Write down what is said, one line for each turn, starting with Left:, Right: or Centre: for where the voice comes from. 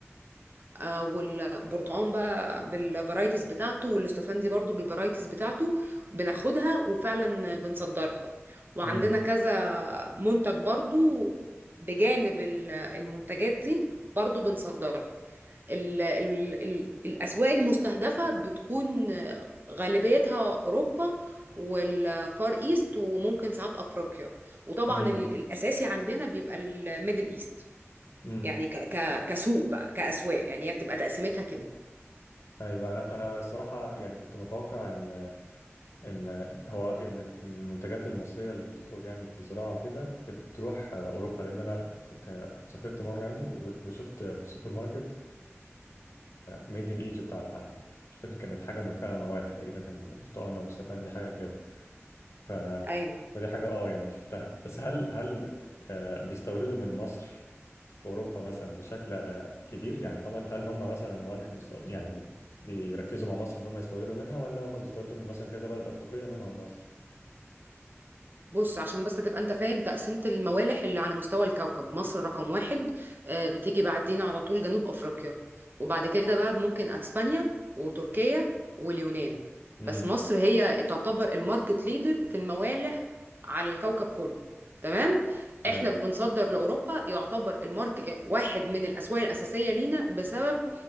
Right: آه، والبرتقان بقى بالفرايتيز بتاعته والاستفندي برضو بالفرايتيز بتاعته بناخدها وفعلا بنصدرها وعندنا
Left: امم
Right: كذا منتج برضو بجانب ال- المنتجات دي برضو بنصدرها ال ال ال الأسواق المستهدفة بتكون آه، غالبيتها أوروبا والفار ايست وممكن ساعات افريقيا وطبعا
Left: امم
Right: ال- الاساسي عندنا بيبقى الميدل ايست
Left: امم
Right: يعني ك ك كسوق بقى كأسواق يعني هي بتبقى تقسيمتها كده
Left: ايوه انا انا الصراحة يعني كنت متوقع ان ان هو ان ال- إن المنتجات المصرية اللي بتخرج يعني في الزراعة وكده بتروح اوروبا لان انا كنت سافرت مرة يعني و- وشفت في سوبر ماركت ميد ان ايجيبت على مش فاكر كانت حاجه من فعلا موالح تقريبا كان برتقال او استفندي حاجه كده ف
Right: ايوه
Left: فدي حاجه اه يعني شفتها بس هل هل آه، بيستوردوا من مصر في اوروبا مثلا بشكل آه، كبير يعني هو هل هم مثلا موالح مست... يعني بيركزوا مع مصر ان هم يستوردوا منها ولا هم بيستوردوا من مثلا كذا بلد افريقيه منهم مصر
Right: بص عشان بس تبقى انت فاهم تقسيمة الموالح اللي على مستوى الكوكب مصر رقم واحد آه، بتيجي بعدين على طول جنوب أفريقيا وبعد كده بقى ممكن أسبانيا وتركيا واليونان
Left: امم
Right: بس مصر هي تعتبر الماركت ليدر في الموالح على الكوكب كله تمام
Left: ايوه
Right: احنا بنصدر لأوروبا يعتبر المارك واحد من الأسواق الأساسية لينا بسبب